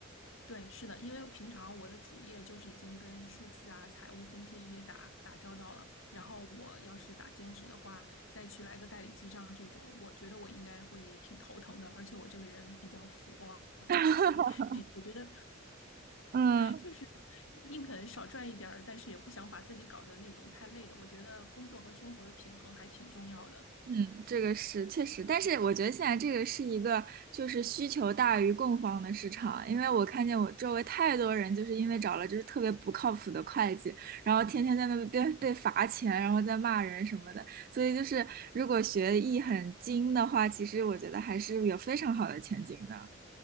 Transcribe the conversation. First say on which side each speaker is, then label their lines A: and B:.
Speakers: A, on the left; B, on the right.
A: 对，是的，因为平常我的主业就是已经跟数字啊、财务分析这些打打交道了，然后我要是打兼职的话，再去来个代理记账这种，我觉得我应该会挺头疼的，而且我这个人比较佛，
B: <laughs>
A: <laughs> 比我觉得
B: 嗯。
A: 就是宁肯少赚一点儿，但是也不想把自己搞得那种太累的，我觉得工作和生活的平衡还挺重要的。
B: 嗯，这个是确实，但是我觉得现在这个是一个就是需求大于供方的市场，因为我看见我周围太多人就是因为找了就是特别不靠谱的会计，然后天天在那边被罚钱，然后在骂人什么的，所以就是如果学艺很精的话，其实我觉得还是有非常好的前景的。